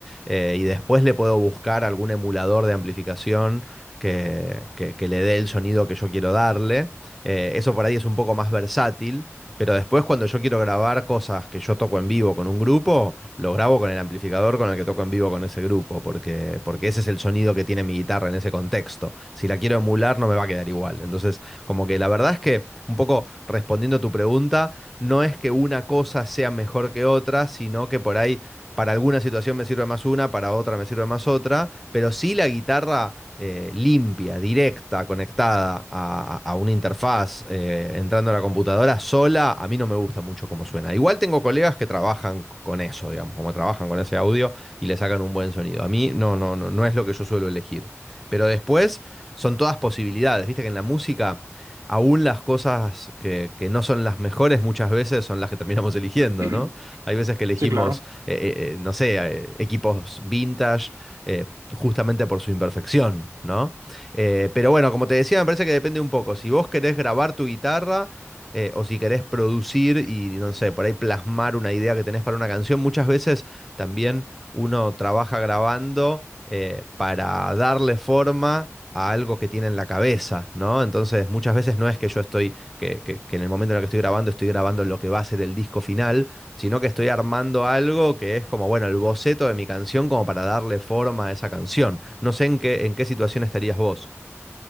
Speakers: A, in the centre; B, on the right (about 80°).
A: eh, y después le puedo buscar algún emulador de amplificación que, que- que le dé el sonido que yo quiero darle. Eh, eso por ahí es un poco más versátil. Pero después cuando yo quiero grabar cosas que yo toco en vivo con un grupo, lo grabo con el amplificador con el que toco en vivo con ese grupo, porque, porque ese es el sonido que tiene mi guitarra en ese contexto. Si la quiero emular no me va a quedar igual. Entonces como que la verdad es que, un poco respondiendo a tu pregunta, no es que una cosa sea mejor que otra, sino que por ahí para alguna situación me sirve más una, para otra me sirve más otra, pero sí la guitarra eh, limpia, directa, conectada a, a- a una interfaz, eh, entrando a la computadora sola, a mí no me gusta mucho cómo suena. Igual tengo colegas que trabajan con eso, digamos, como trabajan con ese audio y le sacan un buen sonido. A mí no, no, no, no es lo que yo suelo elegir. Pero después son todas posibilidades, viste que en la música aún las cosas que, que no son las mejores muchas veces son las que terminamos eligiendo,
B: <clears throat>
A: ¿no? Hay veces que elegimos,
B: sí, claro.
A: eh, eh, eh, no sé, eh, equipos vintage, eh, justamente por su imperfección, ¿no? Eh, pero bueno, como te decía, me parece que depende un poco. Si vos querés grabar tu guitarra eh, o si querés producir y, no sé, por ahí plasmar una idea que tenés para una canción, muchas veces también uno trabaja grabando eh, para darle forma a algo que tiene en la cabeza, ¿no? Entonces, muchas veces no es que yo estoy, que, que- que en el momento en el que estoy grabando, estoy grabando lo que va a ser el disco final, sino que estoy armando algo que es como, bueno, el boceto de mi canción, como para darle forma a esa canción. No sé en qué, en qué situación estarías vos.